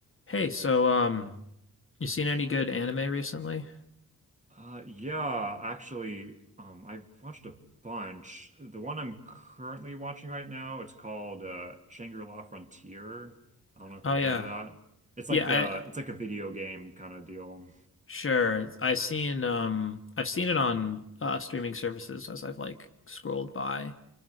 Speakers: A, on the left; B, on the right.
A: Hey, so um, you seen any good anime recently?
B: Uh, yeah, actually, um, I've watched a bunch. The one I'm currently watching right now, it's called uh, Shangri-La Frontier. I don't know if
A: Oh
B: you've
A: yeah.
B: heard of that. It's
A: Yeah,
B: like
A: I
B: a it's like a video game kind of deal.
A: sure. I seen um I've seen it on uh streaming services as I've like scrolled by.